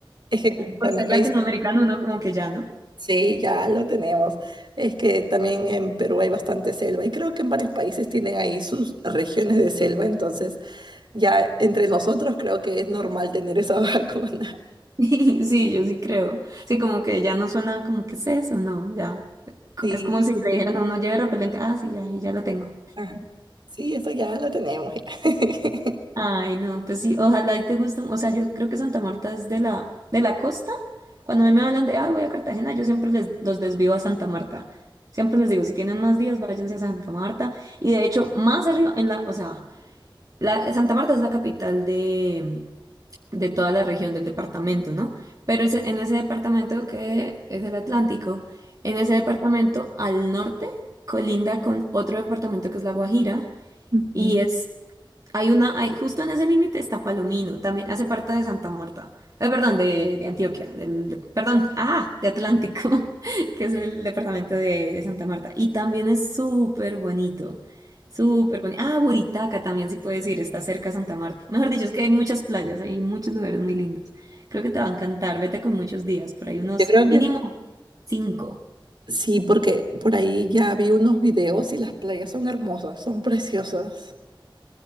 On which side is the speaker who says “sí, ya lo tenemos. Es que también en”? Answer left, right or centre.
Right